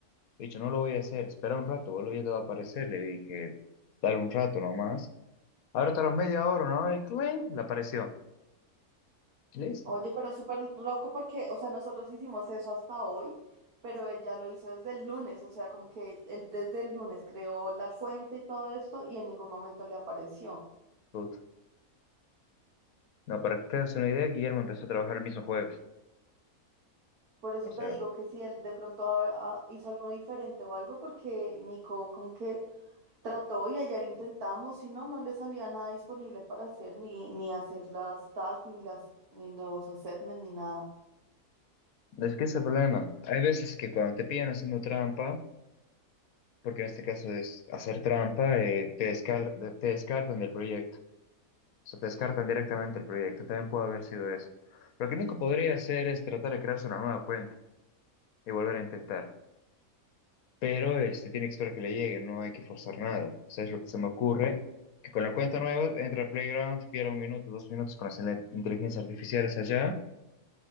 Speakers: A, on the left; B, on the right.
A: He dicho, no lo voy a hacer, espera un rato, boludo, ya te va a aparecer. Le dije, dale un rato nomás. Ahora tardó media hora, ¿no? Y claim, le apareció. Y Listo,
B: Oye, pero súper loco porque, o sea, nosotros hicimos eso hasta hoy, pero él ya lo hizo desde el lunes, o sea, como que él desde el lunes creó la cuenta y todo esto y en ningún momento le apareció.
A: puta. No, para que te hagas una idea, Guillermo empezó a trabajar el mismo jueves.
B: Por eso
A: O sea,
B: te digo que si él de pronto a- a- hizo algo diferente o algo, porque Nico como que trató y ayer intentamos y no, no le salía nada disponible para hacer, ni, ni hacer las tasks, ni las, ni los assessments, ni nada.
A: es que ese es el problema. Hay veces que cuando te pillan haciendo trampa, porque en este caso es hacer trampa, eh, te descal- te descartan del proyecto. O sea, te descartan directamente del proyecto. También puede haber sido eso. Lo que Nico podría hacer es tratar de crearse una nueva cuenta y volver a intentar. pero este, tiene que esperar que le llegue, no hay que forzar nada. O sea, es lo que se me ocurre, que con la cuenta nueva entra a Playground, pierda un minuto, dos minutos con las ele- inteligencias artificiales allá